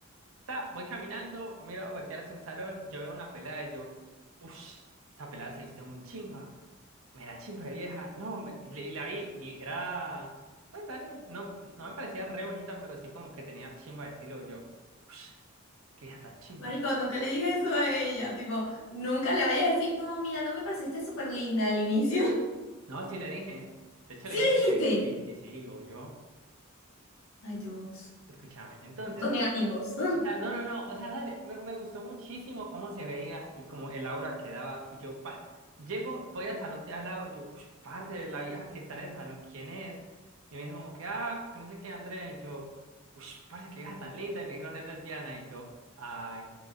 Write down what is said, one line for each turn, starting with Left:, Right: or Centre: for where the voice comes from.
Right: Ta, voy caminando, miro a voltear hacia un salón, yo veo una pelada y yo, uff, esa pelada se viste muy chimba. Me la chimba de vieja. No, me- y, le- y la vi y era, pues dale, no, no me parecía re bonita, pero sí como que tenía chimba de estilo. Y yo, uff, qué hija tan chimba.
Left: Marico, nunca le dije eso a ella. Tipo, nunca le vayas a decir, no, mira, no me pareciste súper linda al inicio. <laughs>
Right: No, sí le dije. De hecho
Left: ¿Sí
Right: le dije
Left: le
Right: que
Left: dijiste?
Right: sí, sí, sí, o yo.
Left: Ay, Dios.
Right: Escúchame. Entonces,
Left: Puntos negativos. <laughs>
Right: O sea, no, no, no, o sea, dale, me, me gustó muchísimo cómo se veía y cómo el aura que daba. Y yo, pa, llego, voy al salón de al lado, yo, ush, parce, la vieja que está en el salón, ¿quién es? Y me dijo como que, ah, que no sé qué, Andrea. Y yo, uff, parce, qué vieja tan linda. Y me dijeron, es lesbiana. Y yo, ay,